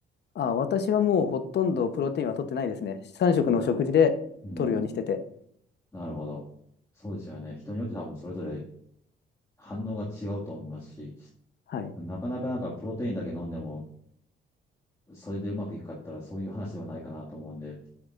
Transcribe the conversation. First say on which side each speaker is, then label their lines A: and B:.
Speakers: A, on the left; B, on the left.
A: あ、私はもうほとんどプロテインは取ってないですね。3食の食事で取るようにしてて。
B: なるほど。うん。なるほど。そうですよね。人によって多分それぞれ反応が違うと思いますし、
A: はい。
B: なかなかなんかプロテインだけ飲んでもそれでうまくいくかって言ったら、そういう話ではないかなと思うんで。